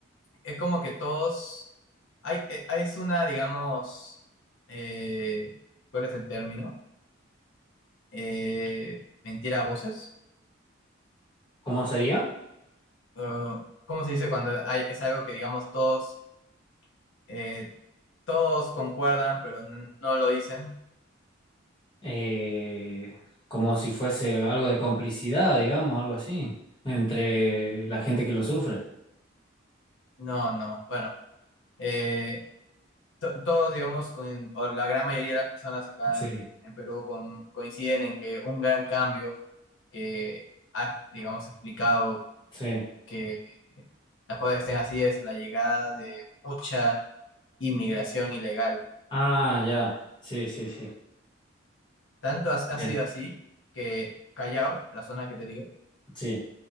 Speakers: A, on the left; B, on the left.
A: es como que todos, hay, e- es una, digamos, eh, ¿cuál es el término? Eh, mentira a voces.
B: ¿Cómo sería?
A: Uh, ¿cómo se dice cuando hay, es algo que, digamos, todos, eh, todos concuerdan, pero n- no, lo dicen?
B: Eh, como si fuese algo de complicidad, digamos, algo así, entre la gente que lo sufre.
A: No, no, bueno. eh, to- todos, digamos, coin- o la gran mayoría de las personas acá
B: Sí.
A: en, en Perú con- coinciden en que un gran cambio que ha, digamos, explicado
B: Sí.
A: que las cosas estén así es la llegada de mucha inmigración ilegal.
B: Ah, ya. Sí, sí, sí.
A: Tanto ha, ha
B: Bien.
A: sido así que Callao, la zona que te digo,
B: Sí.